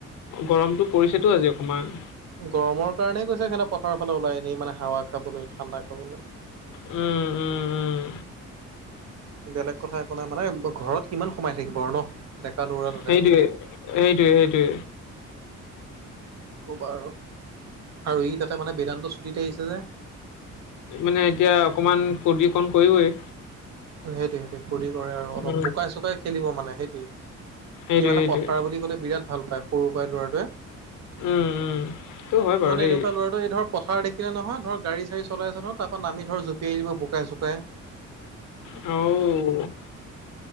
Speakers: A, on the left; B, on the right.
A: গৰমতটো পৰিছেতো আজি অকমান।
B: গৰমৰ কাৰণেই কৈছে সেনা পথাৰৰ ফালে ওলাই ন মানে হাৱা খাবলৈ ঠাণ্ডা খাবলৈ।
A: উম, উম উম
B: বেলেগ কথা একো নাই মানে ঘৰত কিমান সোমায় থাকিব আৰু ন। ডেকা দৌৰা তাতে
A: সেইটোৱে সেইটোৱে সেইটোৱে
B: কবা আৰু আৰু ই তাতে মানে বেদান্ত ছুটীত আহিছে যে।
A: মানে এতিয়া অকণমান প্ৰদূষণ কৰিবই।
B: সেইটোৱে সেইটোৱে ফুৰ্তি কৰে আৰু অলপ
A: উম
B: বোকাই চোকাই খেলিব মানে সেইটোৱে।
A: সেইটোৱে
B: সি মানে
A: সেইটোৱে
B: পথাৰ বুলি ক'লে বিৰাট ভাল পায়। সৰু পৰাই ল'ৰাটোৱে
A: উম উম সেইটো হয়
B: সি
A: বাৰু
B: মানে
A: দেই
B: এনেকুৱা ল'ৰা ত এই ধৰ পথাৰ দেখিলে নহয় ধৰ গাড়ী চাৰী চলাইছে ন তাৰপৰা নামি ধৰ জপিয়াই দিব বুকাই চুকাই।
A: অ',